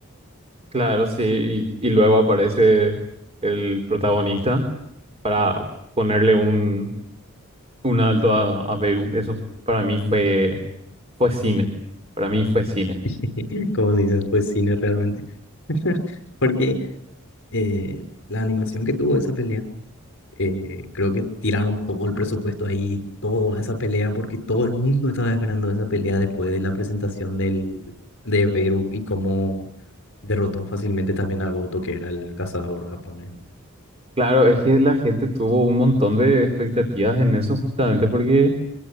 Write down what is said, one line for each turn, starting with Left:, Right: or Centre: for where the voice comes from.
Right: Claro, sí, y, y luego aparece el protagonista para ponerle un, un alto a, a Perú. Eso para mí fue, fue cine, para mí fue cine.
Left: <laughs> Como se dice, fue cine realmente. <laughs> Porque eh, la animación que tuvo esa pelea Eh, creo que tiraron todo el presupuesto ahí, toda esa pelea, porque todo el mundo estaba esperando esa pelea después de la presentación del, de Beru y cómo derrotó fácilmente también a Goto, que era el cazador japonés.
Right: Claro, es que la gente tuvo un montón de expectativas en eso justamente porque...